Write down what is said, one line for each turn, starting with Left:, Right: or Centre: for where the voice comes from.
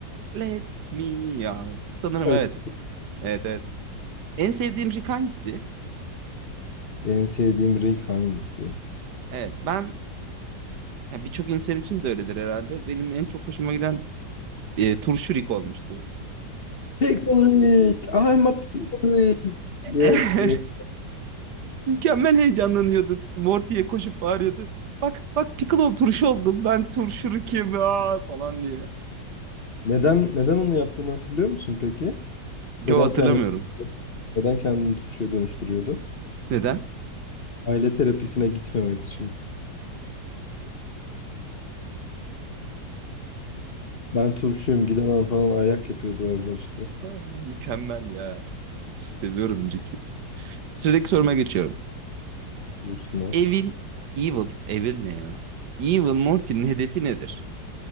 Right: Let Me Out. Sanırım
Left: Şarkı.
Right: evet. Evet evet. En sevdiğin Rick hangisi?
Left: En sevdiğim renk hangisi?
Right: Evet ben ya birçok insan için de öyledir herhalde. Benim en çok hoşuma giden e, turşu Rick olmuştu.
Left: Pickle I'm a pickle
Right: <laughs>
Left: Yes. o.
Right: Mükemmel heyecanlanıyordu. Morty'ye koşup bağırıyordu. Bak bak Piccolo turşu oldum. Ben turşu kim aa!" falan diye.
Left: Neden neden onu yaptığını hatırlıyor musun peki?
Right: Joe
Left: Neden
Right: hatırlamıyorum.
Left: kendini neden kendini turşuya dönüştürüyordu?
Right: Neden?
Left: Aile terapisine gitmemek için. Ben turşuyum gidemem falan ayak yapıyordu orada işte.
Right: Aa, mükemmel ya. Müthiş seviyorum Ricky. Sıradaki soruma
Left: Evet,
Right: geçiyorum.
Left: Dursunlar.
Right: Evil, Evil, Evil ne ya? Evil Morty'nin hedefi nedir?